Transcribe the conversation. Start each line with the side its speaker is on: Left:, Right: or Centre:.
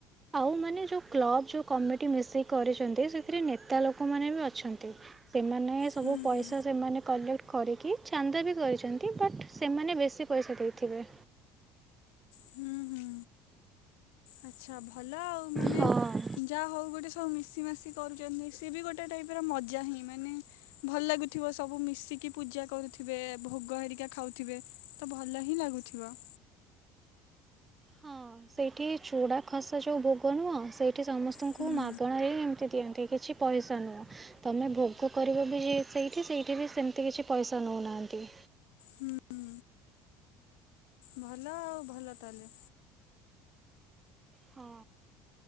Right: ଆଉ ମାନେ ଯୋଉ କ୍ଲବ ଯୋଉ କମିଟି ମିଶିକି କରିଛନ୍ତି ସେଥିରେ ନେତା ଲୋକମାନେ ବି ଅଛନ୍ତି। ସେମାନେ ସବୁ
Left: ହୁଁ
Right: ପଇସା
Left: ହୁଁ।
Right: ସେମାନେ କଲେକ୍ଟ। କରିକି ଚାନ୍ଦା ବି କରିଛନ୍ତି ବଟ୍ ସେମାନେ ବେଶୀ ପଇସା ଦେଇଥିବେ।
Left: ହୁଁ ହୁଁ। ଆଚ୍ଛା ଭଲ ଆଉ ମାନେ
Right: ହଁ।
Left: ଯାହା ହଉ ଗୋଟେ ସବୁ ମିଶି ମାସି। କରୁଛନ୍ତି ସେଏ ବି ଗୋଟେ ଟାଇପ ର ମଜା ହିଁ ମାନେ। ଭଲ ଲାଗୁଥିବ ସବୁ ମିଶିକି ପୂଜା କରୁଥିବେ ଭୋଗ ହେରିକା ଖାଉଥିବେ। ତ ଭଲ ହିଁ ଲାଗୁଥିବ।
Right: ହଁ। ସେଇଠି ଚୁଡ଼ା ଖସା ଯୋଉ ଭୋଗ ନୁହଁ ସେଇଠି ସମସ୍ତଙ୍କୁ
Left: ହୁଁ
Right: ମାଗଣାରେ ଏମିତି ଦିଅନ୍ତି କିଛି। ପଇସ ନୁହଁ। ତମେ ଭୋଗ କରିବ ବି ସେଇଠି ସେଇଠି ବି ସେମିତି କିଛି ପଇସା ନଉନାହାନ୍ତି।
Left: ହୁଁ ହୁଁ। ଭଲ ଆଉ ଭଲ ତାହେଲେ।
Right: ହଁ